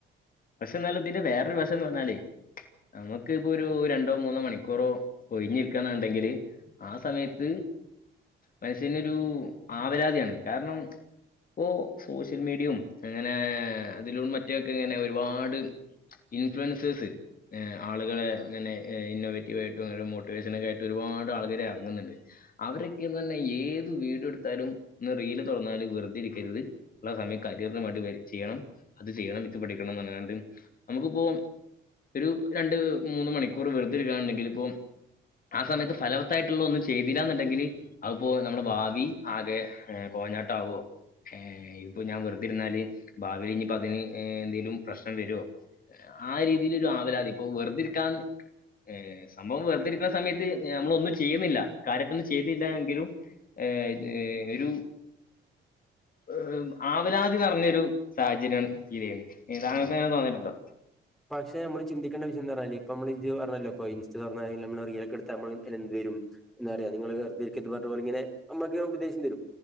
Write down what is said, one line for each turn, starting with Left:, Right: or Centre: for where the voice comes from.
Left: പക്ഷെ എന്നാലിതിന്റെ വേറൊരു വശം എന്ന് പറഞ്ഞാലേ നമുക്കിപ്പൊ ഒരു രണ്ടോ മൂന്നോ മണിക്കൂ കുറോ ഒഴിഞ്ഞിരിക്കനുണ്ടെങ്കില് ആ സമയത്ത് മനുഷ്യനൊരു ആവലാതിയാണ് കാരണം ഇപ്പോ സോഷ്യൽ മീഡിയും അങ്ങനെ അതിലൂ മറ്റൊക്കെ ങ്ങനെ ഒരുപാട് ഇൻഫ്ലുവൻസേഴ്സ് ആളുകളെ അങ്ങനെ ഇന്നൊവേറ്റീവ് ആയിട്ടും ഓരോ മോട്ടിവേഷനൊക്കയായിട്ട് ഒരുപാട് പാട് ആളുകള് ഇറങ്ങുന്നുണ്ട് അവരൊക്കെയന്ന് തന്നെ ഏത് വീഡിയോ എടുത്താലും റീൽ തുറന്നാലും ഇതു രിക്കരിത് ഉള്ള സമയം കരിയറിന് വേണ്ടി വെയിറ്റ് ചെയ്യണം അത് ചെയ്യണം ഇത് ഇവിടെ <unintelligible> എങ്ങനാണ്ട് നമുക്കിപ്പോം ഒരു രണ്ട് മൂന്ന് മണിക്കൂർ വെറുതെരിക്കണുണ്ടെങ്കിൽ ഇപ്പം ആ സമയത്ത് ഫലവത്തായിട്ടുള്ള ഒന്നും ചെയ്തില്ല എന്നിണ്ടെങ്കിൽ അതിപ്പോ നമ്മുടെ ഭാവി ആകെ ഏഹ് കോഞ്ഞാട്ടാവോ ഏഹ് ഇപ്പൊ ഞാൻ വെറുതിരിന്നാല് ഭാവിൽ ഇനിപ്പ അതിന് എന്തേ ലും പ്രശ്നം വരുവോ ആ രീതിയിലൊരു ആവലാതി ഇപ്പോ വെറുതിരിക്കാൻ ഏഹ് സംഭവം വെറുതെരിക്കുന്ന സമയത്ത് നമ്മളൊന്നും ചെയ്യുന്നില്ല കാര്യായിട്ടൊന്നും ചെയ്തില്ല എങ്കിലും എ എ ഒരു ഏഹ് ആവലാ തി നിറഞ്ഞൊരു സാഹചര്യാണ് ഫീല് ചെയ്യണത് താങ്കൾക്ക് അങ്ങനെ തോന്നിയിട്ടുണ്ടോ
Centre: പക്ഷെ നമ്മള് ചിന്തിക്കണ്ട വിഷയം എന്ത പറഞ്ഞാല് ഇപ്പ നമ്മൾ ഇജ്ജ് പറഞ്ഞല്ലോപ്പ ഇൻസ്റ്റ തുറന്നാല് നമ്മള് റീലൊക്കെ എടുത്ത് നമ്മള് <unintelligible> റ്റും എന്താ പറയാ നിങ്ങള് വെറുതെ ഇരിക്കരുത് പറഞ്ഞിട്ട് ഓൾ ഇങ്ങനെ നമ്മക്ക് ഉപദേശം തരും